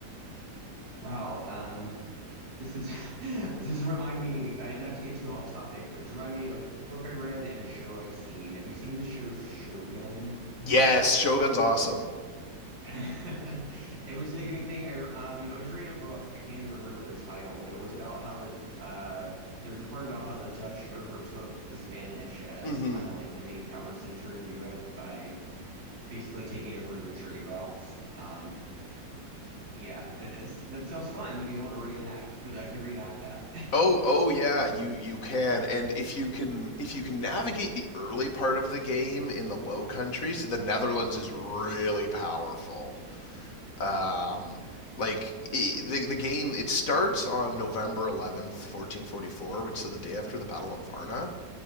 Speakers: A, on the right; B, on the left.
A: Wow, um, this is <laughs> this remind me, uh, not to get too off topic, but it's remind me of a book I read and a show I've seen. Have you seen the show Shogun?
B: Yes, Shogun's awesome.
A: <laughs> It was making me think. I um I was reading a book. I can't even remember the title, but it was about how the uh there's a part about how the Dutch overtook the Spanish as
B: Mm-hmm.
A: kind of like the main power center in Europe by basically taking over their trade routes. Um, Yeah, it, it's that sounds fun to be able to reenact. So I could reenact that. <laughs>
B: Oh, oh yeah, you you can, and if you can if you can navigate the early part of the game in the Low Countries, the Netherlands is really powerful. Um, like i the the game, it starts on November eleventh, fourteen forty four, which is the day after the Battle of Varna,